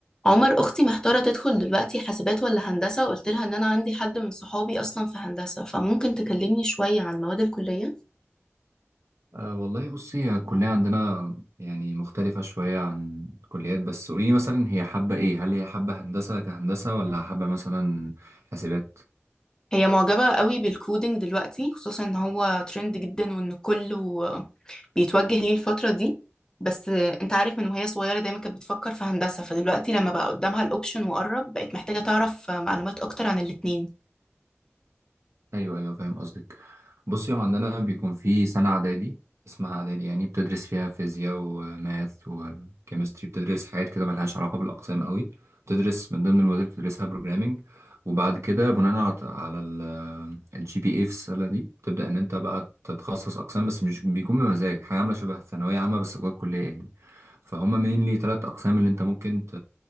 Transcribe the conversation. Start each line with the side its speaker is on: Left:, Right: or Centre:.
Left: عمر اختي محتاره تدخل دلوقتي حاسبات ولا هندسه قلت لها ان انا عندي حد من صحابي اصلا في هندسه فممكن تكلمني شويه عن مواد الكليه
Right: أه والله بصي هي الكلية عندنا يعني مختلفة شوية عن الكليات بس قوليلي مثلا هي حابة ايه هل هي حابة هندسة كهندسة ولا حابة مثلا حاسبات
Left: هي معجبه قوي بالكودينج دلوقتي خصوصا ان هو ترند جدا وان كله بيتوجه ليه الفتره دي بس انت عارف من وهي صغيره دايما كانت بتفكر في هندسه فدلوقتي لما بقى قدامها الاوبشن وقرب بقت محتاجه تعرف معلومات اكتر عن الاتنين
Right: ايوه ايوه فاهم قصدك بصي هو عندنا بيكون في سنه اعدادي اسمها اعدادي يعني بتدرس فيها فيزياء وماث وكيمستري بتدرس حاجات كده ملهاش علاقه بالاقسام قوي بتدرس من ضمن المواد اللي بتدرسها بروجرامنج وبعد كده بناء على على الجي بي اي في السنه دي بتبدا ان انت بقى تتخصص اقسام بس مش بيكون بمزاج حاجه عامله شبه ثانويه عامه بس جوه الكليه يعني فهم mainly تلات أقسام اللي أنت ممكن ت...